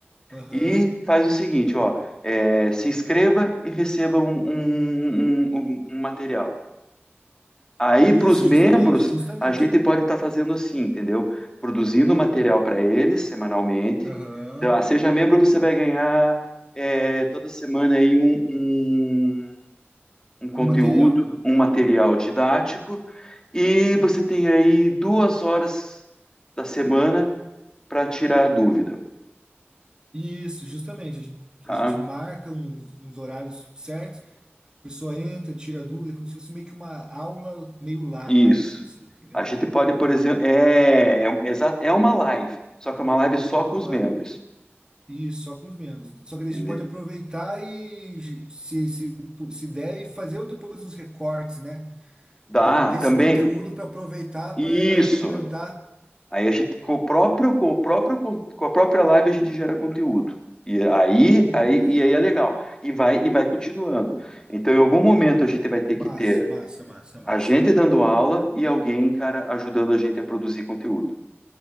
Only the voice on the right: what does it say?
Aham.
Isso,
justamente, justamente.
Aham.
Um material.
Isso, justamente. A gente,
a gente marca uns, uns horários certos, a pessoa entra, tira dúvida, como se fosse meio que uma aula meio live,
assim, entendeu?
É uma
live.
Isso, só com os membros. Só que daí
a gente pode aproveitar e, se, se, se der, e fazer depois uns recortes, né?
de- Desse
conteúdo para aproveitar,
para alimentar.
Isso.
Massa,
massa, massa,
massa.